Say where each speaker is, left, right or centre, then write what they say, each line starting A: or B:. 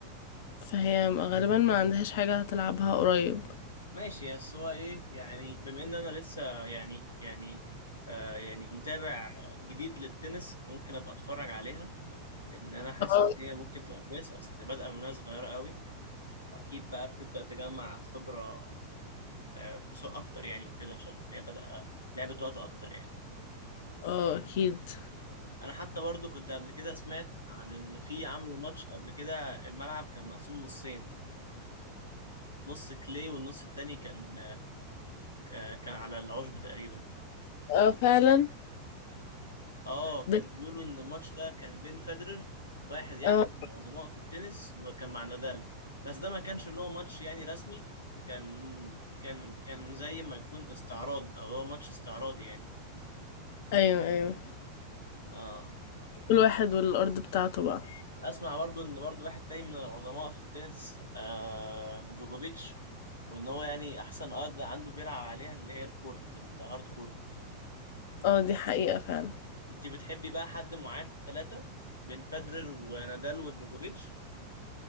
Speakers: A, on the left; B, on the left.
A: فهي غالبا ما عندهاش حاجة هتلعبها قريب
B: ماشي بس هو ايه يعني بما ان انا لسه يعني يعني آه يعني متابع جديد للتنس ممكن ابقى اتفرج عليها لان انا حاسس
A: اه
B: ان هي ممكن تبقى كويسه اصل بادئه من وهي صغيره قوي فاكيد بقى بتبدا تجمع خبره آه بسوق اكتر يعني وكده عشان هي بدأ لعبه وقت اكتر يعني
A: اه اكيد
B: انا حتى برضو كنت قبل كده سمعت عن ان في عملوا ماتش قبل كده الملعب كان مقسوم نصين نص كلي والنص التاني كان آه كان على العشب تقريبا
A: اه فعلا
B: اه كان
A: ده
B: بيقولوا ان الماتش ده كان بين فederer واحد يعني
A: اه
B: من العظماء في التنس وكان مع نادال بس ده ما كانش اللي هو ماتش يعني رسمي كان كان كان زي ما يكون استعراض او هو ماتش استعراضي يعني
A: ايوه ايوه
B: اه
A: كل واحد والارض بتاعته بقى
B: اسمع برضو ان برضو واحد تاني من العظماء في التنس آه جوجوفيتش وان هو يعني احسن ارض عنده بيلعب عليها اللي هي الكورت الهارد كورت
A: اه دي حقيقة فعلا
B: انت بتحبي بقى حد معين في الثلاثة بين فederer ونادال وجوجوفيتش